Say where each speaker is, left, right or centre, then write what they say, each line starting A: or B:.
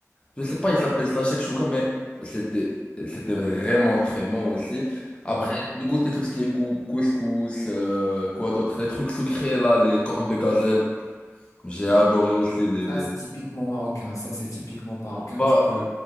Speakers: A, on the left (about 20°); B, on the left (about 75°).
A: Je sais pas, il s'appelle ça chouka mais c'était c'était vraiment très bon aussi. Après,
B: Ah ouais?
A: j'ai goûté tout ce qui est cou- couscous, euh, quoi d'autre, les trucs sucrés là, les cornes de gazelle. J'ai adoré aussi les,
B: Ça,
A: les...
B: c'est typiquement marocain. Ça, c'est typiquement marocain.
A: Bah,
B: Tu peux,